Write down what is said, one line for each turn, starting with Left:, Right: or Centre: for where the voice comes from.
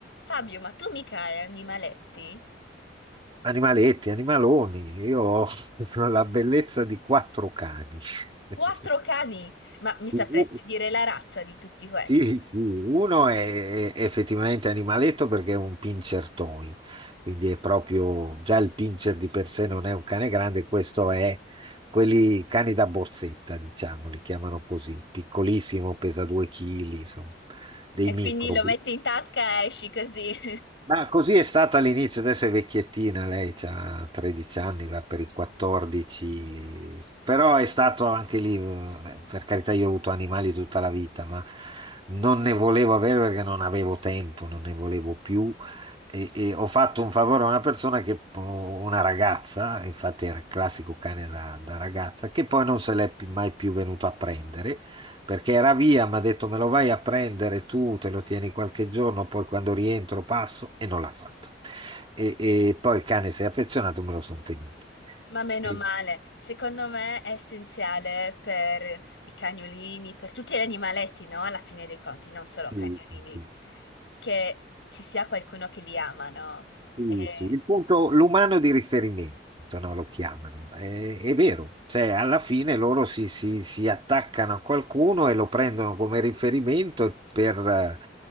Left: Fabio, ma tu mica hai animaletti?
Right: Animaletti, animaloni, io ho <laughs> la bellezza di quattro cani. <laughs>
Left: Quattro cani, ma mi sapresti
Right: Sì, u-
Left: dire la razza di tutti questi?
Right: sì, sì, uno è è effettivamente animaletto perché è un pincher toy, quindi è proprio, già il pincher di per sé non è un cane grande, questo è quelli cani da borsetta, diciamo, li chiamano così, piccolissimo, pesa 2 kg, insomma, dei
Left: E
Right: micro.
Left: quindi lo metti in tasca e esci così.
Right: Ma così è stata all'inizio, adesso è vecchiettina, lei ha 13 anni, va per i 14, però è stato anche lì, eh, per carità io ho avuto animali tutta la vita, ma non ne volevo avere perché non avevo tempo, non ne volevo più e, e ho fatto un favore a una persona, che, una ragazza, infatti era il classico cane da, da ragazza, che poi non se l'è pi- mai più venuto a prendere perché era via, mi ha detto me lo vai a prendere tu, te lo tieni qualche giorno, poi quando rientro passo e non l'ha fatto. E, e poi il cane si è affezionato, me lo sono tenuto.
Left: <laughs> Ma meno
Right: E-
Left: male, secondo me è essenziale per i cagnolini, per tutti gli animaletti, no? Alla fine dei conti, non solo
Right: sì.
Left: cagnolini,
Right: sì, sì.
Left: che ci sia qualcuno che li ama, no?
Right: Sì,
Left: Eh,
Right: sì, Il punto, l'umano di riferimento, no, lo chiamano. È, è vero, cioè alla fine loro si, si- si attaccano a qualcuno e lo prendono come riferimento per eh,